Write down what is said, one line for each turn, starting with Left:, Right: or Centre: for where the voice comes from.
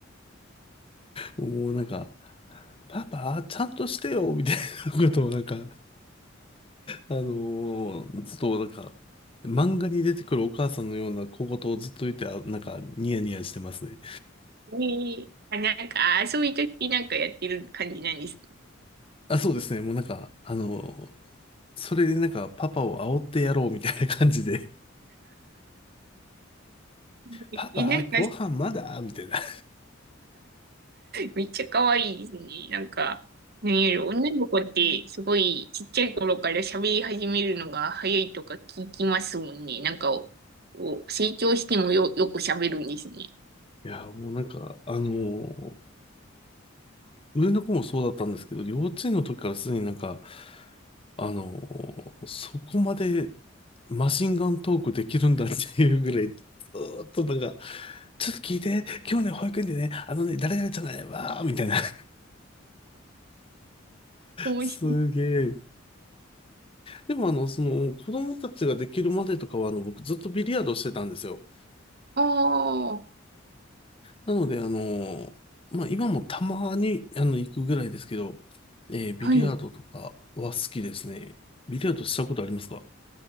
Left: もうなんか、パパ、ちゃんとしてよ、みたいなことをなんか、あのーずっとなんか、漫画に出てくるお母さんのような小言をずっと言って、あ、なんか、ニヤニヤしてますね。
Right: ねえ、あなんか、遊びときなんかやってる感じなんです
Left: あ、そうですね。もうなんか、あのーそれでなんか、パパを煽ってやろうみたいな感じで
Right: ね。
Left: パパ、
Right: えなんか、
Left: ご飯まだみたいな。い
Right: めっちゃ可愛いですね。なんか、何より女の子ってすごいちっちゃい頃から喋り始めるのが早いとか聞きますもんね。なんか、おお成長してもよ、よく喋るんですね。
Left: や、もうなんか、あのー上の子もそうだったんですけど、幼稚園の時からすでになんか、あのーそこまでマシンガントークできるんだっていうぐらい、ずーっとなんか、ちょっと聞いて、今日ね、保育園でね、あのね、誰々じゃないわーみたいな。<laughs>
Right: 面白い。
Left: すげえ。でもあの、その、子供たちができるまでとかは、あの、僕ずっとビリヤードしてたんですよ。
Right: ああ、
Left: なので、あのーまあ、今もたまに、あの、行くぐらいですけど、えービリヤードとかは好きですね。
Right: はい。
Left: ビリヤードしたことありますか